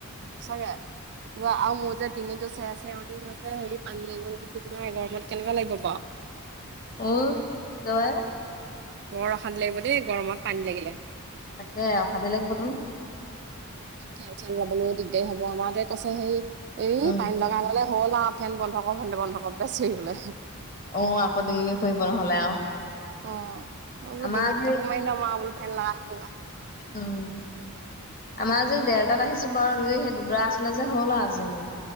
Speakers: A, on the right; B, on the left.
A: সচাকে কিবা আৰু মোৰ যে ডিঙিটো চেৰা চেৰনি হৈছে হেৰি পানী লাগিব নিকি ঠিক নাই গৰমত কেনেকোৱা লাগিব বাও
B: অ যএ
A: বৰ অশান্তি লাগিব দেই গৰমত পানী লাগিলে
B: তাকে অশান্তি লাগিবতোন
A: খেল চাবলৈ দি সেই হব আমাৰ তোৱে কৈছে হেই এই
B: উম
A: পানী লগাই ললে হ'ল আ ফেন বন্ধ কৰ ফেন বন্ধ কৰ বুলি চিঞৰিবলে
B: অ আকৌ দিঙই কৰিব নহলে আও
A: অ মই বোলো
B: আমাৰ
A: ডিঙিত
B: আজি
A: কাপোৰ মাৰি লম আও বোলো ফেন লগাই থৈ দিবা
B: উম আমাৰ আজি ঢেৰটাত আহিছো বাৰু ই সেই দুদৰা আছিলে যে হ'ল আৰু আজি ৰুই